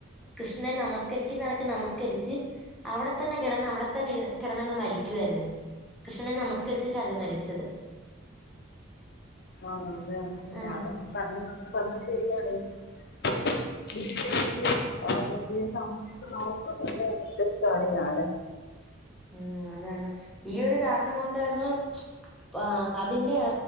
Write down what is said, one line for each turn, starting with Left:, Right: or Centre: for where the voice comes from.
Centre: കൃഷ്ണനെ നമസ്കരിച്ച്, അവിടെ തന്നെ ഇരു കിടന്നങ്ങ് മരിക്കുവായിരുന്നു കൃഷ്ണനെ നമസ്കരിച്ചിട്ടാ അത് മരിച്ചത്
Left: ആ അതെയ <unintelligible> തെ
Centre: ആഹ്
Left: ഞാൻ പറഞ്ഞു പറഞ്ഞത് ശരിയാണ് ബുദ്ധിശക്തിയും ആ മറ്റേ സാമ്പത്തിക സ്ത്രോതസ് ഒക്കെക്കൊണ്ട് വ്യത്യസ്താണ് ഈ നാട്
Centre: മം അതാണ് ഈ ഒരു കാരണം കൊണ്ടാണ്- ആ അതിന്റെ